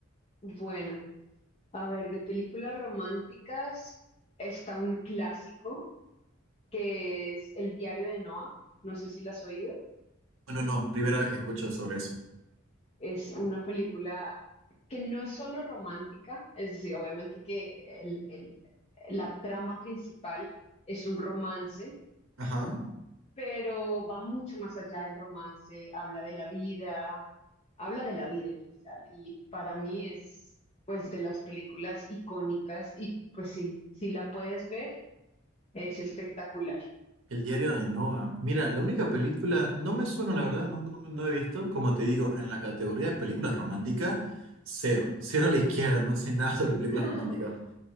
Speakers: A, on the left (about 30°); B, on the right (about 85°).
A: bueno, a ver, de películas románticas está un clásico que es El diario de Noah. No sé si la has oído.
B: Bueno, no, primera vez que escucho sobre eso.
A: Es una película que no es solo romántica, es decir, obviamente que el- el- la trama principal es un romance.
B: Ajá.
A: pero va mucho más allá del romance, habla de la vida, habla de la vida en general y para mí es pues de las películas icónicas y pues sí, si la puedes ver, es espectacular.
B: El diario de Noah. Mira, la única película, no me suena, la verdad, no, no, no he visto, como te digo, en la categoría de películas románticas, cero, cero a la izquierda, no sé nada sobre películas
A: <laughs>
B: románticas.